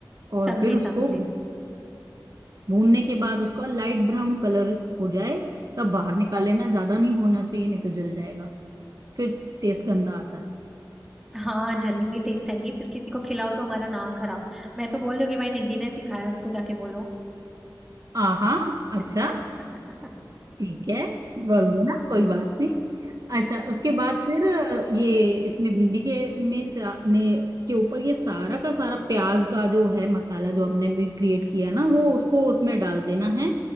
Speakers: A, on the right; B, in the centre.
A: और
B: समझी
A: फिर उसको
B: समझी
A: भूनने के बाद उसका लाइट ब्राउन कलर हो जाए तब बाहर निकाल लेना ज्यादा नहीं होना चाहिए नहीं तो जल जाएगा फिर टेस्ट गंदा आता है
B: हाँ जली हुई टेस्ट आएगी फिर किसी को खिलाओ तो हमारा नाम खराब मैं तो बोल दूंगी भाई निधि ने सिखाया उसको जाके बोलो
A: आहा
B: <laughs>
A: अच्छा ठीक है बोल देना कोई बात नहीं अच्छा उसके बाद फिर अ, ये इसमें भिंडी के में सा, ने के ऊपर ये सारा का सारा प्याज का जो है मसाला जो आपने भी क्रिएट किया ना वो उसको उसमें डाल देना है